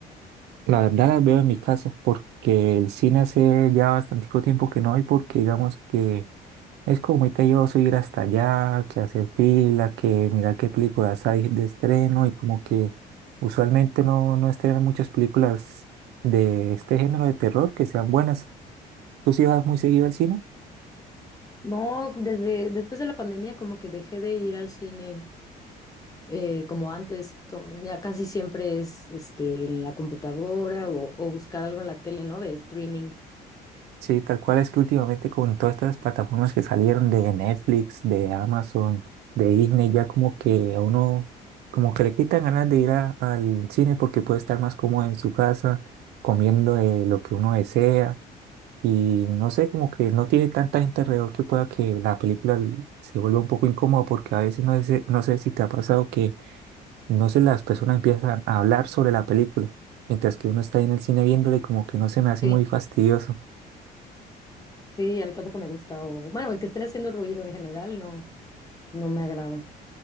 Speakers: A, on the right; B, on the left.
A: La verdad las veo en mi casa porque el cine hace ya bastante tiempo que no hay porque digamos que Es como muy tedioso ir hasta allá, que hacer fila, que mirar qué películas hay de estreno y como que usualmente no, no estrenan muchas películas de este género de terror que sean buenas. ¿Tú sí vas muy seguido al cine?
B: No, desde después de la pandemia como que dejé de ir al cine eh, como antes. To- Ya casi siempre es este, en la computadora o, o buscar algo en la tele, ¿no? De streaming.
A: Sí, tal cual es que últimamente con todas estas plataformas que salieron de Netflix, de Amazon, de Disney, ya como que a uno como que le quitan ganas de ir a- al cine porque puede estar más cómodo en su casa, comiendo eh, lo que uno desea Y no sé, como que no tiene tanta gente alrededor que pueda que la película l- se vuelva un poco incómoda porque a veces no sé, no sé si te ha pasado que no sé, las personas empiezan a hablar sobre la película, mientras que uno está ahí en el cine viéndole como que no se me hace
B: Sí.
A: muy fastidioso
B: Sí, a mí tampoco me gusta. O, bueno, el que esté haciendo ruido en general no, no me agrada.